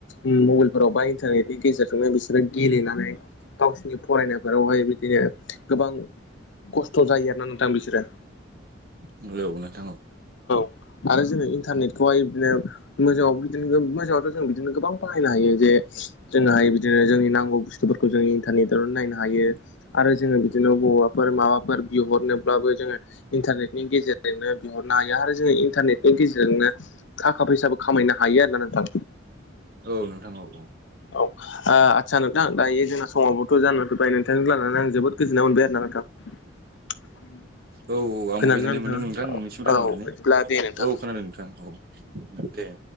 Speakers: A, on the left; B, on the right.
A: मबाइलफोराव बा इन्टारनेटनि गेजेरजोंनो बिसोरो गे गेलेनानै गावसिनि फरायनाय फोरावहाय बिदिनो गोबां खस्थ' जायो आरोना नोंथां बिसोरो
B: नंगौ नोंथां औ
A: आरो जोंङो इन्टारनेटखौहाय बिदिनो मोजाङाव बिदिनो मोजाङावथ' जों बिदिनो गोबां बाहायनो हायो जे जोंहा बिदिनो जोंनि नांगौ बुस्थुफोरखौ जों इन्टारनेटावनो नायनो हायो आरो जोङो बिदिनो बबावबाफोर माबाफोर बिहरनोब्ला जोंङो इन्टारनेटनि गेजेरजोंनो बिहरनो हायो आरो जोंङो इन्टारनेटनि गेजेरजोंनो थाखा फैसाबो खामायनो हायो आरोना नोंथां
B: औ नोंथां औ-औ
A: औ आदसा नोंथां दायो जोंना समाबोथ' जाना फैबाय नोंथांजों रायलायनानै आं जोबोद गोजोननाय मोनबाय आरोना नोंथां <inaudible>
B: औ-औ आंबो
A: खोनादोंना
B: गोजोननाय
A: नोंथाङा
B: मोनदों नोंथां नोंनिसिम रायज्लायनानै
A: औ बिदिब्ला दे नोंथां
B: औ खोनादों नोंथां औ दे